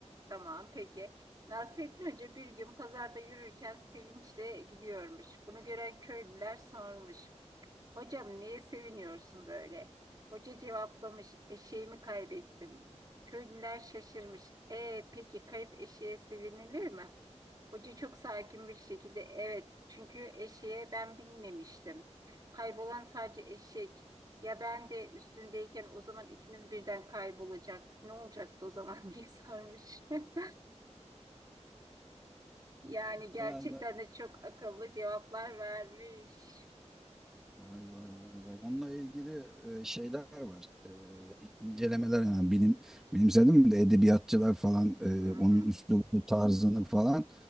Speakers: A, on the right; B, in the centre.
A: tamam peki. Nasrettin Hoca bir gün pazarda yürürken sevinçle gülüyormuş. Bunu gören köylüler sormuş. Hocam neye seviniyorsun böyle? Hoca cevaplamış, eşeğimi kaybettim. Köylüler şaşırmış. E peki kayıp eşeğe sevinilir mi? Hoca çok sakin bir şekilde evet çünkü eşeğe ben binmemiştim. Kaybolan sadece eşek. Ya ben de üstündeyken o zaman ikimiz birden kaybolacaktık. Ne olacaktı o zaman <laughs> diye sarmış. <laughs> Yani gerçekten
B: Ben de-
A: de çok akıllı cevaplar vermiş.
B: Vay vay vay vay. Onunla ilgili e, şeyler var. E, incelemeler yani bilim bilimsel değil mi de edebiyatçılar falan e,
A: Hı hı,
B: onun üslubunu, tarzını falan